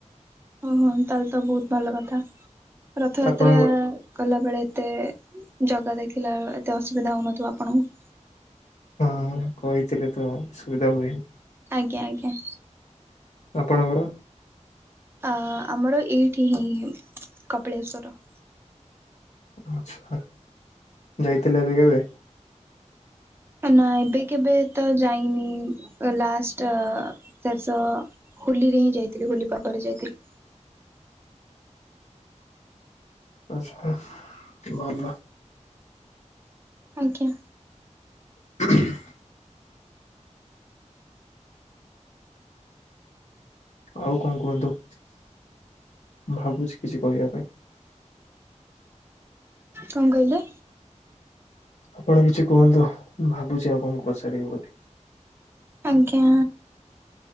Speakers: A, on the right (about 20°); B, on the left (about 65°).
A: ଉଁ ହୁଁ ତାହେଲେ ତ ବହୁତ ଭଲ କଥା। ରଥଯାତ୍ରା
B: ଆପଣଙ୍କ
A: ଗଲା ବେଳେ ଏତେ ଜଗା ଦେଖିଲା ଏତେ ଅସୁବିଧା ହୋଉନଥିବ ଆପଣଙ୍କୁ?
B: ହଁ କହିଥିଲେ ତ ସୁବିଧା ହୁଏନି।
A: ଆଜ୍ଞା ଆଜ୍ଞା।
B: ଆପଣଙ୍କର?
A: ଆ ଆମର ଏଇଠି ହିଁ କପିଳେଶ୍ଵର।
B: ଆଚ୍ଛା, ଯାଇଥିଲେ ଏବେ କେବେ?
A: ନା ଏବେ କେବେ ତ ଯାଇନି ଲାଷ୍ଟ ଶେଷ ହୋଲିରେ ହିଁ ଯାଇଥିଲି ହୋଲି ପର୍ବରେ ଯାଇଥିଲି।
B: ଆଛା ଆଛା ଭଲ
A: ଆଜ୍ଞା।
B: <unintelligible>
A: <inaudible>
B: ଆଉ କଣ କୁହନ୍ତୁ। ଭାବୁଛି କିଛି କହିବା ପାଇଁ
A: କଣ କହିଲେ?
B: ଆପଣ କିଛି କୁହନ୍ତୁ ମୁଁ ଭାବୁଛି ଆଉ କଣ ପଚାରିବି ବୋଲି
A: ଆଜ୍ଞା